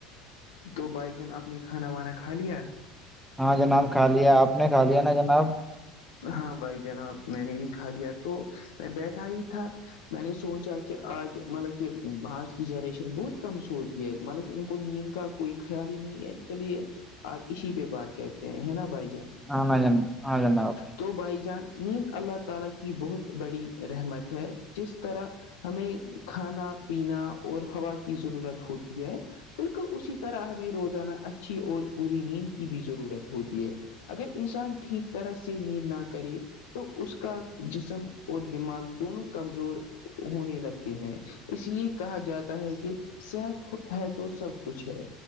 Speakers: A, on the left; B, in the centre.
A: تو بھائی جان اپ نے کھانا وانا کھا لیا
B: ہاں جناب کھا لیا آپ نے کھا لیا نا جناب
A: ہاں بھائی جناب میں نے بھی کھا لیا تو میں بیٹھا ہی تھا میں نے سوچا کہ آج مطلب کہ آج کی جنریشن بہت کم سوتی ہے مطلب کہ ان کو نیند کا کوئی خیال ہی نہیں ہے چلیے آج اسی پہ بات کرتے ہیں ہے نا بھائی جان
B: ہاں بھائی جان ہاں جناب
A: تو بھائی جان نیند اللہ تعالی کی بہت بڑی رحمت ہے جس طرح ہمیں کھانا پینا اور ہوا کی ضرورت ہوتی ہے بالکل اسی طرح ہمیں روزانہ اچھی اور پوری نیند کی بھی ضرورت ہوتی ہے اگر انسان ٹھیک طرح سے نیند نہ کرے تو اس کا جسم اور دماغ دونوں کمزور ہونے لگتے ہیں اس لیے کہا جاتا ہے کہ صحت ہے تو سب کچھ ہے